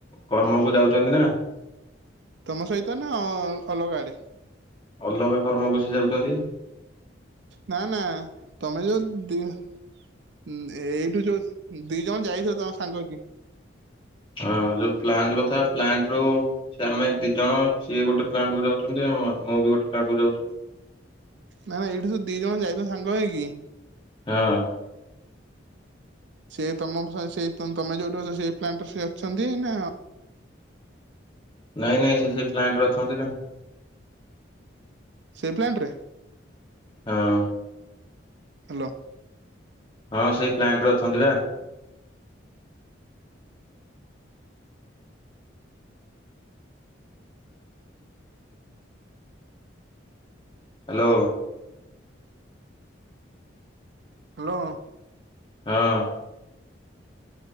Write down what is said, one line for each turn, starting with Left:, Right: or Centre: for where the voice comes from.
Left: କର୍ମକୁ ଯାଉଛନ୍ତି ନା।
Right: ତମ ସହିତ ନା ଅଲଗା ଆଡେ।
Left: ଅଲଗା କର୍ମକୁୁ ସେ ଯାଉଛନ୍ତି।
Right: ନା ନା ତମେ ଯୋଉ ଦି ହୁ ଏଇଠୁ ଯୋଉ ଦି ଜଣ ଯାଇଥିବ ସାଙ୍ଗ ହେଇକି।
Left: ହଁ ଯୋଉ ପ୍ଲାଣ୍ଟ କଥା ପ୍ଲାଣ୍ଟ ରୁ ସେ ଆମେ ଦି ଜଣ ସିଏ ଗୋଟେ ପ୍ଲାଣ୍ଟ କୁ ଯାଉଛନ୍ତି ମୁଁ ବି ଗୋଟେ ପ୍ଲାଣ୍ଟ କୁ ଯାଉଚି।
Right: ନା ନା ଏଇଠୁ ଯୋଉ ଦି ଜଣ ଯାଇଥିଲ ସାଙ୍ଗ ହେଇକି।
Left: ହଁ।
Right: ସେ ତମ ସେ ତମେ ଯୋଉଠୁ ଅଛ ସେଇ ପ୍ଲାଣ୍ଟରେ ସେ ଅଛନ୍ତି ନା
Left: ନାଇଁ ନାଇଁ ସେଇ ପ୍ଲାଣ୍ଟ ରେ ଅଛନ୍ତି ନା।
Right: ସେ ପ୍ଲାଣ୍ଟ ରେ।
Left: ହଁ।
Right: ହ୍ୟାଲୋ।
Left: ହଁ ସେଇ ପ୍ଲାଣ୍ଟ ରେ ଅଛନ୍ତି ବା। ହ୍ୟାଲୋ।
Right: ହ୍ୟାଲୋ।
Left: ହଁ।